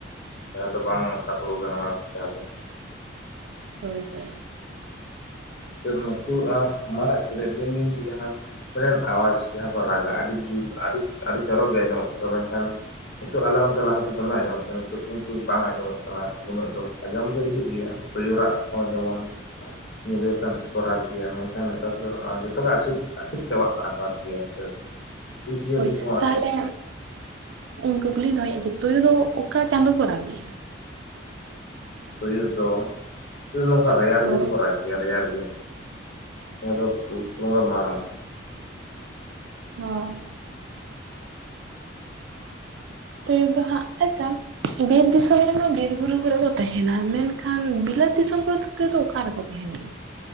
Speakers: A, on the left (about 55°); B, on the right (about 75°).
A: ᱡᱟᱦᱟᱸ ᱫᱚ ᱵᱟᱝ ᱥᱟᱯᱚᱣ ᱜᱟᱱᱚᱜᱼᱟ ᱟᱨᱠᱤ ᱡᱟᱦᱟᱸ ᱫᱚ
B: ᱦᱳᱭ ᱦᱳᱭ᱾
A: ᱦᱮᱸ ᱱᱩᱠᱩ ᱟ ᱢᱟᱨᱟᱜ ᱠᱩᱞᱮ ᱫᱤᱱ ᱫᱤᱱ ᱛᱮ ᱡᱟᱸᱦᱟᱸ ᱢᱤᱫᱴᱮᱱ ᱟᱣᱟᱡᱪ ᱡᱟᱦᱟᱸ ᱠᱚ ᱨᱟᱜᱟ ᱟᱹᱰᱤ ᱡᱩᱛ ᱟᱹᱰᱤ ᱟᱹᱰᱤ ᱪᱚᱨᱚᱠ ᱜᱮ ᱟᱸᱡᱚᱢᱚᱜ ᱛᱟᱠᱚᱣᱟ ᱢᱮᱱᱠᱷᱟᱱ, ᱱᱤᱛᱚᱜ ᱟᱞᱮ ᱚᱱᱛᱮ ᱞᱟᱦᱟ ᱛᱮ ᱫᱚᱢᱮ ᱟᱸᱡᱚᱢᱚᱜ ᱛᱟᱦᱮᱸᱱᱟ ᱱᱤᱛᱚᱜ ᱠᱤᱱᱛᱩ ᱵᱟᱝ ᱟᱸᱡᱚᱢᱚᱜ ᱠᱟᱱᱟ ᱩᱱᱟᱹᱜ ᱫᱚ᱾ ᱟᱸᱡᱚᱢ ᱫᱚ ᱦᱤᱡᱩᱜ ᱜᱮᱭᱟ ᱛᱩᱭᱩ ᱨᱟᱜ ᱠᱚ ᱡᱮᱢᱚᱱ, ᱧᱤᱫᱟᱹ ᱠᱟᱱ ᱥᱮ ᱠᱚ ᱨᱟᱜᱽ ᱜᱮᱭᱟ ᱢᱮᱱᱠᱷᱟᱱ ᱱᱮᱛᱟᱨ ᱫᱚ ᱟᱸ ᱡᱚᱛᱚ ᱜᱮ ᱟᱥᱤᱠ, ᱟᱥᱤᱠ ᱪᱟᱵᱟᱜ ᱠᱟᱱᱟ ᱠᱚ ᱟᱨᱠᱤ ᱟᱥᱛᱮ ᱟᱥᱛᱮ ᱡᱤᱵᱽ ᱡᱤᱭᱟᱹᱞᱤ
B: ᱦᱳᱭ
A: ᱠᱚᱦᱚᱸ
B: ᱛᱟᱦᱚᱞᱮ
A: ᱟᱨᱠᱤ,
B: ᱤᱧ ᱠᱩᱠᱞᱤᱧ ᱫᱚᱦᱚᱭᱮᱜᱼᱟ ᱡᱮ ᱛᱩᱭᱩ ᱫᱚ ᱚᱠᱟ ᱪᱟᱸᱫᱳ ᱠᱚ ᱨᱟᱜ ᱜᱮᱭᱟ?
A: ᱛᱩᱭᱩ ᱫᱚ ᱛᱩᱭᱩ ᱱᱚᱝᱠᱟ ᱨᱮᱭᱟᱲ
B: ᱦᱳᱭ
A: ᱫᱤᱱ ᱠᱚ ᱨᱟᱜ ᱜᱮᱭᱟ ᱨᱮᱭᱟᱲ ᱫᱤᱱ, ᱡᱟᱦᱟᱸ ᱫᱚ ᱯᱩᱥ ᱵᱚᱸᱜᱟ ᱢᱟᱨᱟᱝ᱾
B: ᱚᱸ, ᱛᱩᱭᱩ ᱫᱚ ᱦᱟᱸᱜ ᱟᱪᱪᱷᱟ, ᱵᱤᱨ ᱫᱤᱥᱚᱢ ᱨᱮᱢᱟ ᱵᱤᱨ ᱵᱩᱨᱩ ᱠᱚᱨᱮ ᱠᱚ ᱛᱟᱦᱮᱱᱟ ᱢᱮᱱᱠᱷᱟᱱ ᱵᱤᱞᱟᱹᱛ ᱫᱤᱥᱚᱢ ᱠᱚᱨᱮ ᱫᱚ? ᱛᱮ ᱫᱚ ᱚᱠᱟ ᱨᱮᱠᱚ ᱛᱟᱦᱮᱸᱱ ᱜᱮᱭᱟ?